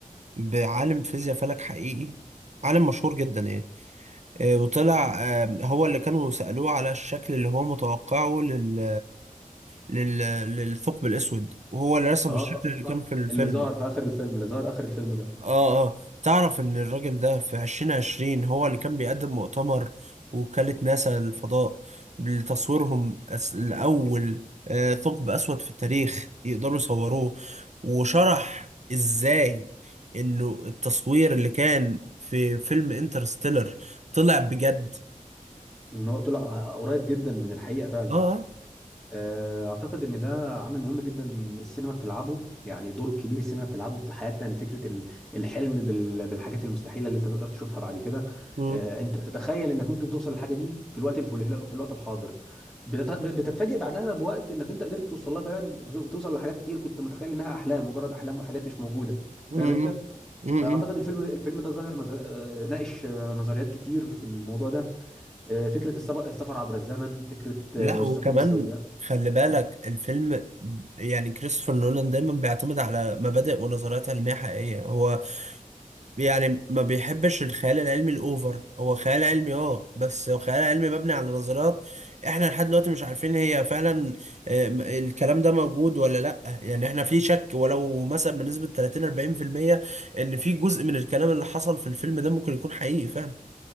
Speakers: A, on the right; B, in the centre.
A: بعالم فيزياء فلك حقيقي عالم مشهور جدا يعني آه، وطلع آه، هو اللي كانوا سألوه على الشكل اللي هو متوقعه لل لل... للثقب الأسود وهو اللي رسم
B: آه،
A: الشكل اللي كان
B: صح
A: في الفيلم
B: اللي ظهر في اخر الفيلم اللي ظهر اخر الفيلم ده
A: اه اه تعرف ان الراجل ده في عشرين عشرين هو اللي كان بيقدم مؤتمر وكالة ناسا للفضاء لتصويرهم أس... الأول آه ثقب أسود في التاريخ يقدروا يصوروه وشرح ازاي انه التصوير اللي كان في فيلم انترستيلر طلع بجد
B: ان هو طلع قريب جدا من الحقيقه فعلا
A: اه آه.
B: آه، اعتقد ان ده عامل مهم جدا السينما بتلعبه يعني دور كبير السينما بتلعبه في حياتنا ان فكره ال- الحلم بال- بالحاجات المستحيله اللي انت تقدر تشوفها بعد كده
A: مم.
B: آه، انت بتتخيل انك ممكن توصل للحاجه دي في الوقت الفل- في الوقت الحاضر بتت- بتتفاجئ بعدها بوقت انك انت قدرت توصل لها فعلا توصل لحاجات كتير كنت متخيل انها احلام مجرد احلام وحاجات مش موجوده
A: مم.
B: فاهم انت
A: مم.
B: فاعتقد الفيلم الفيلم ده ظاهر نظر... آه، ناقش آه، نظريات كتير في الموضوع ده آه، فكره السب- السفر عبر الزمن فكره آه،
A: لا
B: الثقوب
A: وكمان
B: السوداء
A: خلي بالك الفيلم يعني كريستوفر نولان دايما بيعتمد على مبادئ ونظريات علمية حقيقية هو يعني ما بيحبش الخيال العلمي الأوفر هو خيال علمي اه بس هو خيال علمي مبني على نظريات احنا لحد دلوقتي مش عارفين هي فعلا آه، م- الكلام ده موجود ولا لأ يعني احنا في شك ولو مثلا بنسبة 30 40% ان في جزء من الكلام اللي حصل في الفيلم ده ممكن يكون حقيقي فعلا